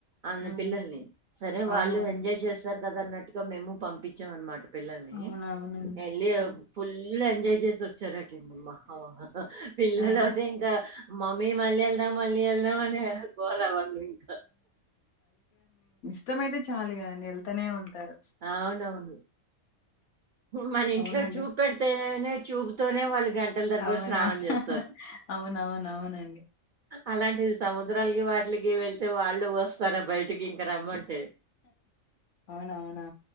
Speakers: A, on the right; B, on the left.
A: అన్న
B: హ్మ్.
A: పిల్లల్ని సరే
B: అవునవును.
A: వాళ్ళు ఎంజాయ్ చేస్తారు కదా అన్నట్టుగా మేము పంపించాం అనమాట పిల్లల్ని
B: అవునవునండి.
A: ఎ
B: హ్మ్.
A: ఫుల్ ఫుల్ ఎంజాయ్ చేసి వచ్చారట అమ్మా పిల్లల
B: అవును.
A: అయితే ఇంకా మమ్మీ మళ్ళీ వెళ్దాం మళ్ళీ వెళ్దాం అని వెళకోవాలి వాళ్ళు ఇంకా
B: ఇష్టమ అయితే చాలు కదండి వెళ్తనే ఉంటారు
A: అవునవును. మన ఇంట్లో
B: అవునండి
A: ట్యూబ్ పెడితేనే ట్యూబ్ తోనే వాళ్ళకి గంటల తరబడి
B: అవునా
A: స్నానం చేస్తారు
B: అవునవునవునండి
A: అలాంటిది సముద్రాలకి వాటిలికి వెళ్తే వాళ్ళు వస్తారా బయటకి ఇంక రమ్మంట
B: అవునా అవునా